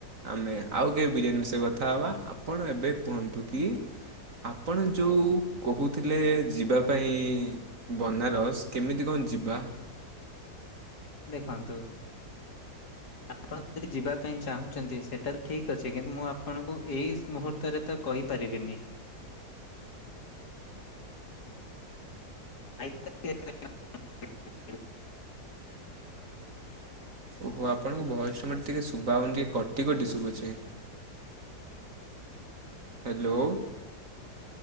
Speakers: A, on the right; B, on the left.
A: ଆମେ ଆଉ କେ ବିରିୟାନୀ ବିଷୟରେ କଥା ହେବା। ଆପଣ ଏବେ କୁହନ୍ତୁ କି ଆପଣ ଯୋଉଁ କହୁଥିଲେ ଯିବା ପାଇଁ ବନାରସ କେମିତି କ ଯିବା।
B: ଦେଖନ୍ତୁ ଆପଣ ଯଦି ଯିବା ପାଇଁ ଚାହୁଁଛନ୍ତି। ସେଟା ଠିକ ଅଛି କିନ୍ତୁ ମୁଁ ଆପଣଙ୍କୁ ଏଇ ମୁହୂର୍ତ୍ତରେ ତ କହି ପାରିବିନି। <unintelligible>
A: ଓହୋ ଆପଣଙ୍କ ଭଏସ ଟେ ଟିକେ ସୁବା ହଉନି ଟିକେ କଟି କଟି ଶୁଭୁଚି। Hello